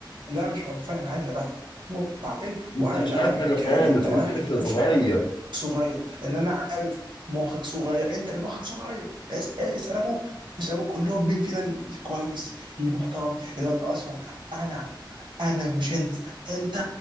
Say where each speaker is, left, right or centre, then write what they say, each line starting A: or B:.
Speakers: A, on the right; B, on the left.
A: لا مش عنفان انا عارف انا بقى وعاقل
B: انت
A: وعاقل
B: مش
A: عنك
B: عارف حاجة
A: كمان
B: خالص
A: انت واحد
B: انت لسه
A: يا باشا
B: صغير
A: صغير ان انا مخك صغير انت اللي مخك صغير اس- اسال ابوك اسال ابوك قول لهم مين فينا الكويس المحترم اللي راسهم انا انا مش انت انت